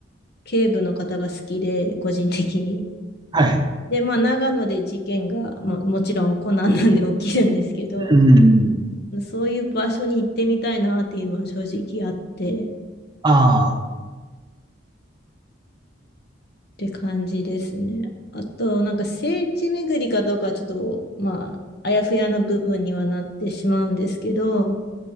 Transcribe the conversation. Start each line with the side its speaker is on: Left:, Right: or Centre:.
Left: 警部の方が好きで、個人的に。
Right: はい。
Left: で、まあ、長野で事件がも、もちろんコナンなんで起きるんですけど、
Right: うん。
Left: そういう場所に行ってみたいなっていうのは正直あって。
Right: あ
Left: て感じですね。あと、なんか聖地巡りかどうかはちょっと、まあ、あやふやな部分にはなってしまうんですけど、